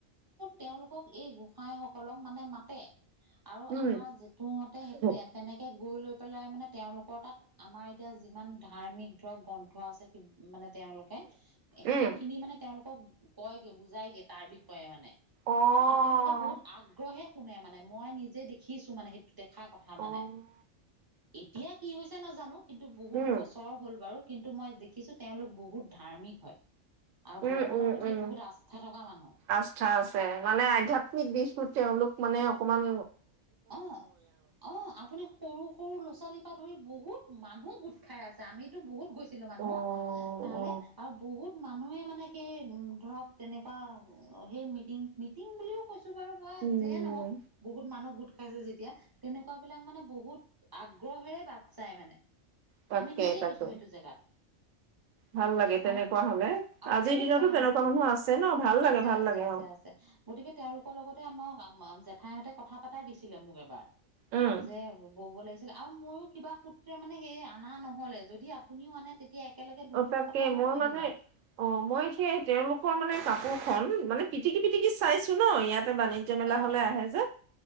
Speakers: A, on the right; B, on the right.
A: তেওলোকক এই গোসাই সকলক মানে মাতে। আৰু
B: উম,
A: আমাৰ যিটোুহতে সেই
B: উম,
A: এনেকে গৈ লৈ পেলাই মানে তেওঁলোকৰ তাত আমাৰ এতিয়া যিমান ধাৰ্মিক ধৰক গ্ৰন্থ আছে মানে তেওঁলোকে
B: উম,
A: সেইখিনি মানে তেওঁলোকক কয়গে বুজাইগে তাৰ বিষয়ে মানে। আৰু
B: অ',
A: তেওঁলোকে বহুত আগ্ৰহে কোনে মানে মই নিজে দেখিছো মানে সেইটো দেখা কথা মানে
B: অ'।
A: এতিয়া কি হৈছে নাজানো। কিন্তু বহুত
B: উম,
A: বছৰ হ'ল বাৰু কিন্তু মই দেখিছোঁ তেওঁলোক বহুত ধাৰ্মিক হয়। আৰু
B: উম
A: ভগৱানৰ
B: উম
A: প্ৰতি
B: উম
A: বহুত আস্থা থকা মানুহ
B: আস্থা আছে মানে আধ্যয়াত্মিক দিশটোত তেওঁলোক মানে অকণমান
A: অ অ আপুনি সৰু সৰু ল'ৰা ছোৱালীৰ পৰা ধৰি বহুত মানুহ গোট খাই আছে আমিতো বহুত গৈছোঁ। মানুহ
B: অ
A: তালে
B: অ
A: আৰু বহুত মানুহে মানে কি ধৰক তেনেকুৱা সেই মিটিং মিটিং বুলিও কৈছোঁ।
B: উম
A: যিয়ে নহওঁক বহুত মানুহ গোট পাইছো যেতিয়া তেনেকুৱা বিলাক মানে বহুত আগ্ৰহেৰে বাট চাই মানে
B: তাকে
A: আমি নিজে
B: তাকে
A: গৈছো সেইটো জেগাত
B: ভাল লাগে তেনেকুৱা
A: আৰু
B: হলে
A: আৰু
B: আজিৰ
A: বহুত
B: দিনতো
A: ভাল
B: তেনেকুৱা
A: মানুহ
B: আছে ন ভাল লাগে
A: আছে
B: ভাল
A: আছে
B: লাগে
A: আছে
B: অ
A: আছে গতিকে তেওঁলোকৰ লগতে আমাক ঠাইতে কথা পাতাই দিছে দিছিলে মোক এবাৰ
B: উম
A: যে বব লাগিছিলে। আৰু ময়ো কিবা সূত্ৰে মানে সেই আনা নহ'লে যদি আপুনিও আনে তেতিয়া একেলগে দুযোৰৰ
B: অ', তাকে
A: কথা
B: মই
A: কৈ
B: মানে
A: দিম আৰু
B: অ', মই সেই তেওঁলোকৰ মানে কাপোৰ খন মানে পিটিকি পিটিকি চাইছো ন' ইয়াত তে বাণিজ্য মেলা
A: অ
B: হ'লে আহে যে,